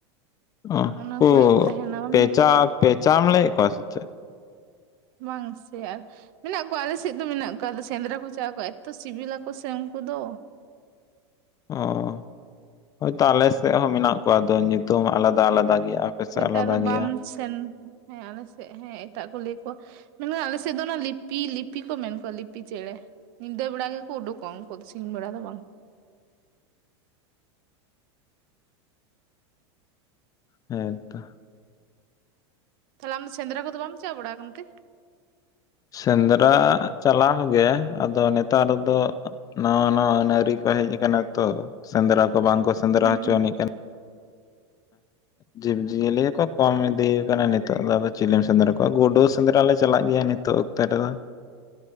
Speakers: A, on the left; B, on the right.
A: ᱚ ᱩᱱᱠᱩ
B: ᱚᱱᱟ ᱠᱚᱨᱮ ᱠᱚ ᱛᱟᱦᱮᱱᱟ ᱵᱟᱢ
A: ᱯᱮᱪᱟ
B: ᱧᱮᱞ ᱟᱠᱟᱫ ᱠᱚᱣᱟ
A: ᱯᱮᱪᱟᱢ ᱞᱟᱹᱭᱮᱫ ᱠᱚᱭᱟ ᱥᱮ ᱪᱮᱫ,
B: ᱵᱟᱝ ᱥᱮ ᱟᱨ, ᱢᱮᱱᱟᱜ ᱠᱚᱣᱟ ᱟᱞᱮ ᱥᱮᱫ ᱫᱚ ᱢᱮᱱᱟᱜ ᱠᱚᱣᱟ ᱟᱞᱮ ᱥᱮᱫ ᱫᱚ ᱢᱮᱱᱟᱜ ᱠᱚᱣᱟ ᱟᱫᱚ ᱥᱮᱸᱫᱽᱨᱟ ᱠᱚ ᱪᱟᱜ ᱟᱠᱚ ᱮᱛᱚ ᱥᱤᱵᱤᱞᱟᱠᱚ ᱥᱮ ᱩᱱᱠᱚ ᱫᱚ,
A: ᱚ ᱦᱳᱭᱛᱚ ᱟᱞᱮ ᱥᱮᱫ ᱦᱚᱸ ᱢᱮᱱᱟᱜ ᱠᱚᱣᱟ ᱟᱫᱚ ᱧᱩᱛᱩᱢ ᱟᱞᱟᱫᱟ ᱟᱞᱟᱫᱟ ᱜᱮᱭᱟ, ᱥᱮᱫ
B: ᱦᱳᱭᱛᱚ
A: ᱟᱞᱟᱫᱟ
B: ᱟᱫᱚ
A: ᱜᱮᱭᱟ
B: ᱵᱟᱢ ᱥᱮᱱ ᱦᱮᱸ ᱟᱞᱮᱥᱮᱫ ᱦᱮᱸ ᱮᱴᱟᱜ ᱠᱚ ᱞᱟᱹᱭ ᱠᱚᱣᱟ, ᱢᱮᱱᱠᱷᱟᱱ ᱟᱞᱮ ᱥᱮᱫ ᱫᱚ ᱚᱱᱟ ᱞᱤᱯᱤ ᱞᱤᱯᱤ ᱠᱚ ᱢᱮᱱ ᱠᱚᱣᱟ ᱞᱤᱯᱤ ᱪᱮᱬᱮ, ᱧᱤᱫᱟᱹ ᱵᱮᱲᱟ ᱜᱮᱠᱚ ᱩᱰᱩᱚᱜᱼᱟ ᱩᱱᱠᱩ ᱫᱚ ᱥᱤᱧ ᱵᱮᱲᱟ ᱫᱚ ᱵᱟᱝ,
A: ᱦᱮᱸ ᱛᱚ,
B: ᱛᱟᱦᱚᱞᱮ ᱟᱢ ᱫᱚ ᱥᱮᱸᱫᱽᱨᱟ ᱠᱚᱫᱚ ᱵᱟᱢ ᱪᱟ ᱵᱲᱲᱟ ᱠᱟᱱ ᱛᱮ,
A: ᱥᱮᱸᱫᱽᱨᱟ ᱪᱟᱞᱟᱣ ᱜᱮ ᱟᱫᱚ ᱱᱮᱛᱟᱨ ᱫᱚ, ᱱᱟᱭᱟ ᱱᱟᱣᱟ ᱟᱹᱱ ᱟᱹᱨᱤ ᱠᱚ ᱦᱮᱡ ᱟᱠᱟᱱᱟ ᱛᱚ ᱥᱮᱸᱫᱽᱨᱟ ᱠᱚ ᱵᱟᱝ ᱠᱚ ᱥᱮᱸᱫᱽᱨᱟ
B: ᱦᱩᱸ
A: ᱦᱚᱪᱚᱱᱤᱡ
B: ᱦᱩᱸ
A: ᱠᱟᱱᱟ, ᱡᱤᱵᱽ, ᱡᱤᱭᱟᱹᱞᱤ ᱜᱮᱠᱚ ᱠᱚᱢ ᱤᱫᱤᱭ ᱠᱟᱱᱟ ᱱᱤᱛᱚᱜ ᱫᱚ ᱟᱫᱚ ᱪᱤᱞᱤᱢ ᱥᱮᱸᱫᱽᱨᱟ ᱠᱚᱣᱟ ᱜᱩᱰᱩ ᱥᱮᱸᱫᱽᱨᱟ ᱞᱮ ᱪᱟᱞᱟᱜ ᱜᱮᱭᱟ ᱱᱤᱛᱚᱜ ᱚᱠᱛᱮ ᱨᱮᱫᱚ,